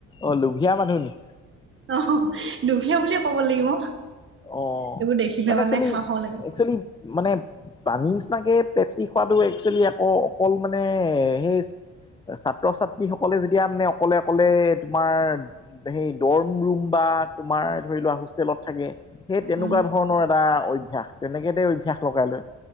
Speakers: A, on the left; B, on the right.
A: অ', লোভীয়া মানুহ নে কি।
B: অ' লুভীয়া বুলিয়ে ক'ব লাগিব।
A: অ',
B: এইবোৰ দেখিলে
A: মানে এক চোৱেলীএক
B: খাওঁ খাওঁ লাগে
A: চোৱালী মানে পানী নিচিনাকে পেপচি খোৱাটো একচুৱেলি আকৌ অকল মানে সেই ছাত্ৰ ছাত্ৰী সকলে যেতিয়া মানে অকলে অকলে তোমাৰ সেই দৰম ৰুম বা তোমাৰ ধৰি লোৱা হোষ্টেলত থাকে, সেই তেনেকুৱা
B: উম
A: ধৰণৰ এটা অভ্যাস, তেনে কে তেঁও অভ্যাস লগাই লয়।